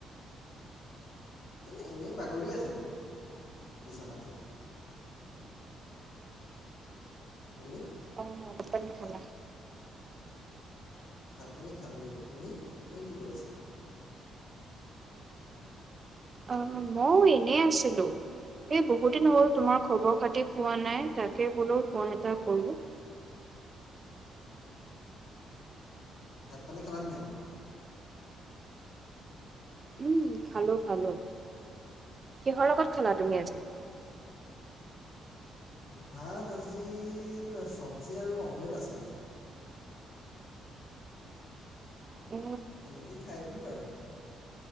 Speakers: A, on the left; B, on the right.
A: এ এনেই বাগৰি আছিলোঁ বিচনাতে তুমি
B: অ আ প চান
A: ভাত পানী খালোঁ তুমি তুমি কি কৰিছা
B: আহ মইও এনে আছিলো এই বহু দিন হ'ল তোমাৰ খবৰ খাতি পোৱা নাই তাকে বোলো ফোন এটা কৰো
A: ভাত পানী খালা নাই।
B: উম খালো খালো কিহৰ লগত খালা তুমি আজি
A: ভাত আজি চব্জি আৰু অমলেট আছিলে
B: অ'
A: তেনেকেই খাই দিলোঁ আৰু